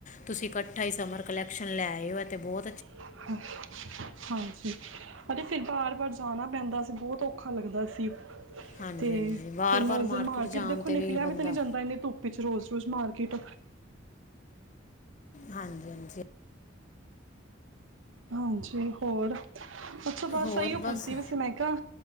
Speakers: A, on the left (about 40°); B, on the right (about 85°).
A: ਤੁਸੀਂ ਇਕੱਠਾ ਹੀ ਸਮਰ ਕਲੈਕਸ਼ਨ ਲੈ ਏ ਹੋ ਤੇ ਬਹੁ
B: <inaudible> ਹਾਂਜੀ, ਪਤਾ ਫੇਰ ਬਾਰ-ਬਾਰ ਜਾਣਾ ਪੈਂਦਾ ਸੀ, ਬਹੁਤ ਔਖਾ ਲੱਗਦਾ ਸੀ।
A: ਹਾਂਜੀ
B: ਤੇ
A: ਹਾਂਜੀ ਵਾਰ
B: ਫੇਰ ਮੈਂ
A: ਵਾਰ
B: ਉਸ ਦਿਨ ਮਾਰਕੀਟ
A: ਜਾਣ
B: ਦੇਖੋ ਨਿਕਲਿਆ ਵੀ
A: ਬੰਦਾ
B: ਤੇ ਨੀ ਜਾਂਦਾ ਏਨੀ ਧੁੱ ਪ ਵਿੱਚ ਰੋਜ਼-ਰੋਜ਼ ਮਾਰਕਿਟ।
A: ਹਾਂਜੀ-ਹਾਂਜੀ।
B: ਹਾਂਜੀ। ਹੋਰ, ਅੱਛਾ ਬਸ
A: ਹੋਰ
B: ਇਹੀਓ
A: ਬਸ
B: ਪੁੱਛਦੀ ਪੀ ਸੀ ਮੈਂ ਕਿਹਾ